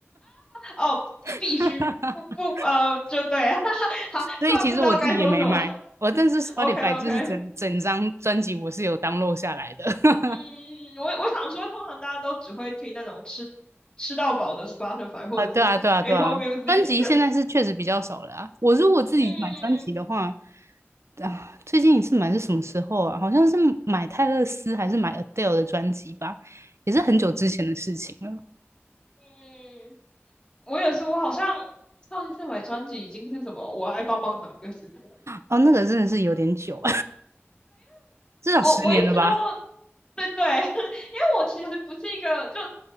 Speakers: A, on the left; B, on the right.
A: 哦，你必须不不呃，
B: <laughs>
A: 就对，<laughs> 好，
B: 所以其实我自己也没买，
A: 突然不知道该说什么 <laughs>，OK
B: 我但是 Spotify
A: OK，
B: 就是整整张专辑我是有 download 下来的，<laughs>
A: 嗯，嗯我我想说，通常大家都只会听那种吃吃到饱的 Spotify 或者是
B: 啊，对啊，对啊，
A: Apple
B: 对啊，
A: Music，
B: 专辑现在是确实比较少了啊，我如果自己买专辑的话，
A: <laughs> 嗯
B: 啊，最近一次买是什么时候啊？好像是买泰勒斯还是买 Adele 的专辑吧，也是很久之前的事情了，
A: 嗯。我也是，我好像上一次买专辑已经是什么“我爱棒棒糖”这个事情，
B: 哦，那个真的是有点久，<laughs> 至少十年了吧。
A: 我我一直都对对，<laughs> 因为我其实不是一个，就